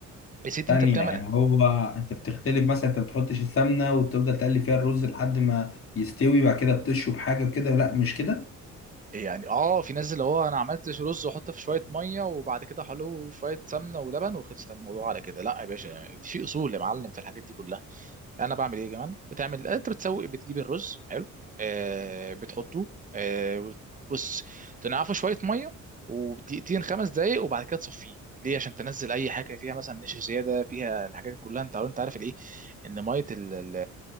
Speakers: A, on the right; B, on the left.
A: يا سيدي
B: ثانية
A: انت بتعمل
B: يعني هو انت بتختلف مثلا انت بتحطش السمنة وتفضل تقلي فيها الرز لحد ما يستوي بعد كده بتشرب حاجة كده لا مش كده
A: يعني اه في ناس اللي هو انا عملت رز واحطه في شويه ميه وبعد كده حلو شويه سمنه ولبن وخلصت الموضوع على كده لا يا باشا في اصول يا معلم في الحاجات دي كلها انا بعمل ايه كمان بتعمل انت بتسوي بتجيب الرز حلو آه بتحطه آه وت- بص تنعفه شويه ميه ودقيقتين خمس دقايق وبعد كده تصفيه ليه عشان تنزل اي حاجه فيها مثلا نشا زياده فيها الحاجات دي كلها انت انت عارف الايه ان ميه ال- ال-